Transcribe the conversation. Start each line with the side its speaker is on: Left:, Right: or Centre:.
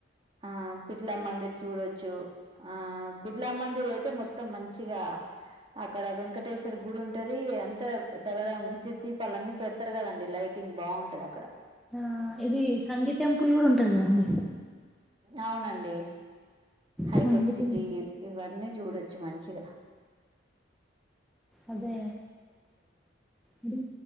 Right: ఆ బిర్లా మందిర్ చూడొచ్చు ఆ బిడ్ బిర్లా మందిర్ అయితే మొత్తం మంచిగా అక్కడ వెంకటేశ్వర్ గుడి ఉంటది. అంతా దగ్దగ విద్యుత్ దీపాలు అన్ని పెడతారు కదండి లైటింగ్ బాగుంటది. అక్కడ
Centre: ఆ ఇది సంగీ టెంపుల్ కూడా ఉంటది. కదండి
Right: అవునండి. హైటెక్
Centre: సంగీ
Right: సిటీ.
Centre: టెం
Right: ఇవన్నీ చూడొచ్చు మం శివ
Centre: అదే ఇప్పుడు